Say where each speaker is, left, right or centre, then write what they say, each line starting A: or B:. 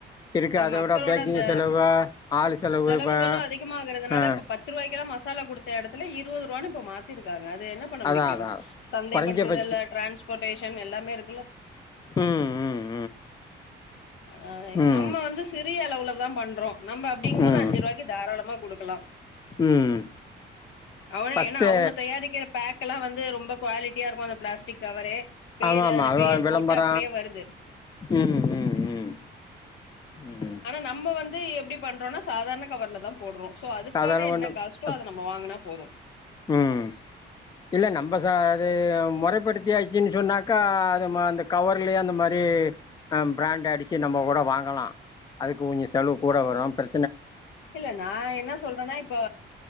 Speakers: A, on the left (about 20°); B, on the left (about 80°).
A: இருக்கு
B: இப்ப
A: அத
B: மக்களோட
A: விட பேக்கிங்
B: அந்த
A: செலவு ஆள் செலவு
B: செலவுகளு
A: இப்ப
B: அதிகமாகறதுனால
A: ஆ
B: இப்ப பத் துருவாய்க்கெலா மசாலா குடுத்த எடத்துல இருவதுருவானு இப்ப மாத்திருக்காங்க அது என்ன பண்ண
A: அதா
B: முடியு
A: அதா
B: சந்தைப்படுத்துதல
A: கொறைஞ்சபட்ச
B: டிரான்ஸ்போர்டேஷன் எல்லாமே இருக்குல்ல
A: ம் ம்
B: அ
A: ம்
B: நம்ம வந்து சிறிய அளவுல தா பண்றோ நம்ம அப்டிங்குமோது
A: ம்
B: அஞ்சுருவாய்க்கு
A: ம்
B: தாராளமா குடுக்கலா
A: ம்
B: அவன
A: ஃபஸ்ட்டு
B: ஏனா அவுங்க தயாரிக்கிற பேக் எல்லா வந்து ரொம்ப குவாலிட்டியா இருக்கு அந்த ப்ளாஸ்டிக்கவரே பேரு
A: ஆமா ஆமா
B: அதுல பேர்
A: அது விளம்பர
B: போட்டு அப்படியே வருது
A: ம் ம் ம் ம்
B: ஆனா நம்ம வந்து எப்டி பண்றோனா சாதார்ண கவர்லதா போடுறோ ஸோ அதுக்கான
A: அதெல்லா
B: என்ன
A: ஒண்ணு
B: காஷ்டோ
A: அப்
B: அத நம்ம வாங்குனா போது
A: ம் இல்ல நம்ப ச அது மொறைப்படுத்தியாச்சுன்னு சொன்னாக்கா அது ம அந்த கவர்லயே அந்த மாரி அ பிராண்ட் அடிச்சு நம்ம கூட வாங்கலா அதுக்கு கொஞ்சோ செலவு கூட வரு பிற
B: இல்ல நா என்ன சொல்றேனா இப்ப